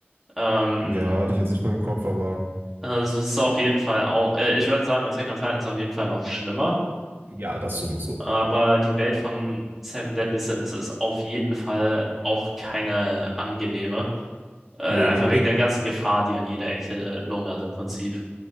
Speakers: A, in the centre; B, on the right.
A: Ähm,
B: Ja, hatte ich jetzt nicht mehr im Kopf, aber
A: Es ist auf jeden Fall auch, äh, ich würde sagen, Attack on Titan ist auf jeden Fall noch schlimmer,
B: ja, das sowieso.
A: aber die Welt von Seven Deadly Sins ist auf jeden Fall auch keine angenehme. Äh, einfach
B: Nee, nee. <laughs>
A: wegen der ganzen Gefahr, die an jeder Ecke lungert im Prinzip.